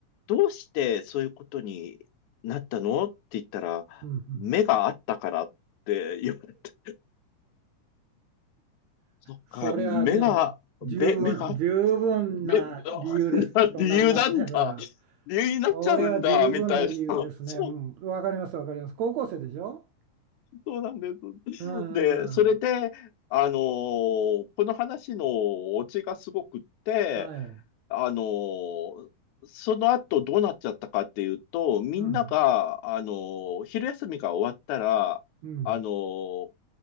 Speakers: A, on the left; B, on the right.
A: どうしてそういうことになったのって言ったら、
B: うんうん。
A: 目があったからって言われて、そっか、
B: それはね、
A: 目が、
B: もう十分、
A: 目、目が、
B: 十分な理由ですとなりますね、
A: 目、<laughs> 理由なんだ。
B: それは。
A: 理由になっちゃうんだ、
B: それは十分な理由ですね。
A: みたいな。<laughs> そう、
B: うん。わかります、わかります。高校生でしょ
A: そうなんです。
B: うんうん。
A: で、それで、あのーこの話のオチがすごくって、
B: はい。
A: あのーその後どうなっちゃったかっていうと、みんなが、
B: うん。
A: あのー昼休みが終わったら、
B: うん。
A: あのー